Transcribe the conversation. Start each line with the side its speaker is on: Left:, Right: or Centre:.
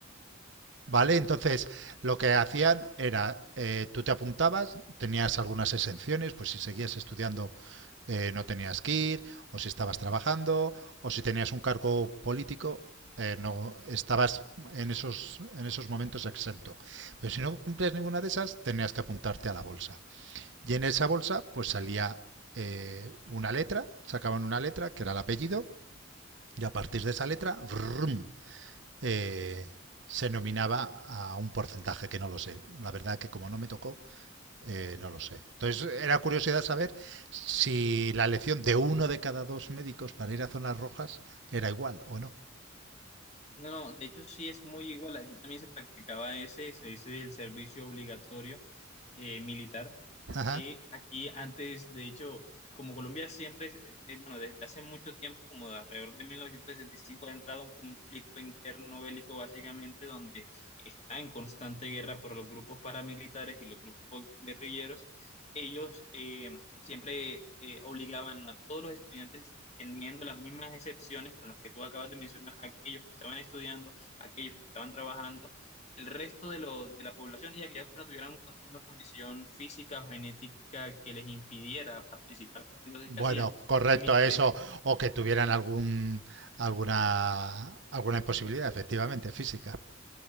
Right: ¿vale? Entonces, lo que hacían era, eh, tú te apuntabas, tenías algunas exenciones, pues si seguías estudiando eh, no tenías que ir, o si estabas trabajando, o si tenías un cargo político. eh, no estabas en esos en esos momentos exento pero si no cumplías ninguna de esas tenías que apuntarte a la bolsa Y en esa bolsa pues salía eh, una letra, sacaban una letra que era el apellido y a partir de esa letra brum, eh, se nominaba a un porcentaje que no lo sé. La verdad que como no me tocó, eh, no lo sé. Entonces era curiosidad saber si la elección de uno de cada dos médicos para ir a zonas rojas era igual o no.
Left: no, no, de hecho sí es muy igual, aquí también se practicaba ese, se dice el servicio obligatorio, eh, militar,
Right: Ajá.
Left: que aquí antes, de hecho, como Colombia siempre, es- eh, de- bueno, desde hace mucho tiempo, como de alrededor de 1965 ha entrado un conflicto interno bélico básicamente donde está en constante guerra por los grupos paramilitares y los grupos guerrilleros. Ellos eh, siempre eh, obligaban a todos los estudiantes, teniendo las mismas excepciones con las que tú acabas de mencionar, aquellos que estaban estudiando, aquellos que estaban trabajando el resto de, lo- de la población y aquellos que no tuvieran un una condición física o genética que les impidiera participar. Entonces,
Right: Bueno,
Left: ¿qué hacían?
Right: correcto
Left: En mi-
Right: a eso,
Left: en-
Right: o que tuvieran algún, alguna, alguna imposibilidad, efectivamente, física.